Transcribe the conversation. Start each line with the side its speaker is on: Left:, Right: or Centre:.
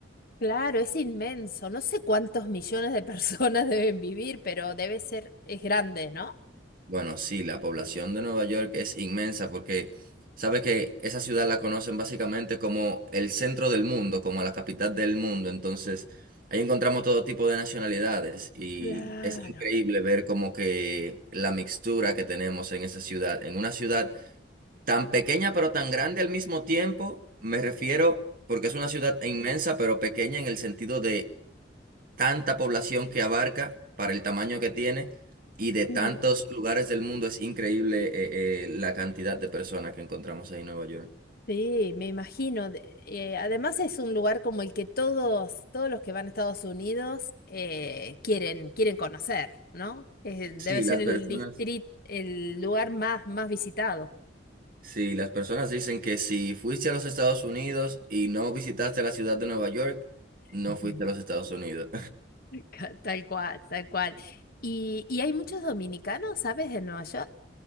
Left: Claro, es inmenso. No sé cuántos millones de personas <laughs> deben vivir, pero debe ser, es grande, ¿no?
Right: Bueno, sí, la población de Nueva York es inmensa porque sabes que esa ciudad la conocen básicamente como el centro del mundo, como la capital del mundo. Entonces, ahí encontramos todo tipo de nacionalidades y
Left: Claro.
Right: es increíble ver como que la mixtura que tenemos en esa ciudad, en una ciudad tan pequeña pero tan grande al mismo tiempo, me refiero porque es una ciudad inmensa pero pequeña en el sentido de tanta población que abarca para el tamaño que tiene y de
Left: Sí.
Right: tantos lugares del mundo es increíble eh, eh, la cantidad de personas que encontramos ahí en Nueva York.
Left: Sí, me imagino. de- eh, además es un lugar como el que todos, todos los que van a Estados Unidos eh, quieren, quieren conocer, ¿no? Eh, debe
Right: Sí,
Left: ser
Right: las
Left: el
Right: personas,
Left: distrito, el lugar más, más visitado.
Right: sí, las personas dicen que si fuiste a los Estados Unidos y no visitaste la ciudad de Nueva York, no
Left: Ujú.
Right: fuiste a los Estados Unidos.
Left: <laughs> Ca- Tal cual, tal cual. ¿Y, y hay muchos dominicanos, sabes, en Nueva York?